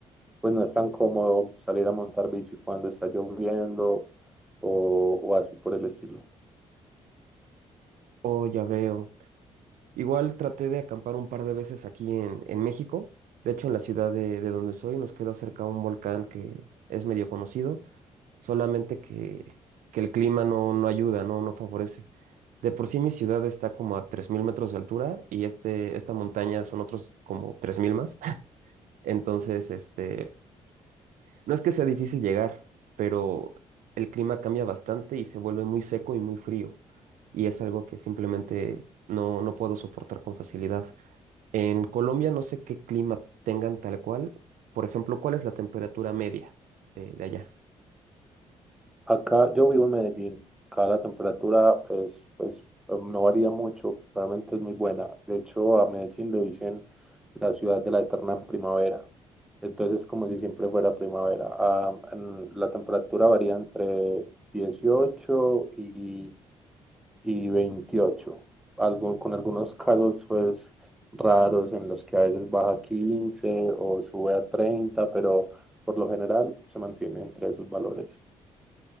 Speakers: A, in the centre; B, on the right (about 60°).
A: pues no es tan cómodo salir a montar bici cuando está lloviendo o, o así por el estilo.
B: Oh, ya veo. Igual traté de acampar un par de veces aquí en, en México. De hecho, en la ciudad de, de donde soy nos queda cerca un volcán que es medio conocido, solamente que, que el clima no, no ayuda, no, no favorece. De por sí mi ciudad está como a 3.000 metros de altura y este, esta montaña son otros como 3.000 más. <laughs> Entonces, este, no es que sea difícil llegar, pero el clima cambia bastante y se vuelve muy seco y muy frío. Y es algo que simplemente no, no puedo soportar con facilidad. En Colombia no sé qué clima tengan tal cual. Por ejemplo, ¿cuál es la temperatura media de, de allá?
A: Acá yo vivo en Medellín, acá la temperatura es, pues no varía mucho, realmente es muy buena. De hecho, a Medellín le dicen la ciudad de la eterna primavera. Entonces, como si siempre fuera primavera. Ah, en- la temperatura varía entre 18 y y 28 Algo, con algunos casos pues raros en los que a veces baja a 15 o sube a treinta pero por lo general se mantiene entre esos valores.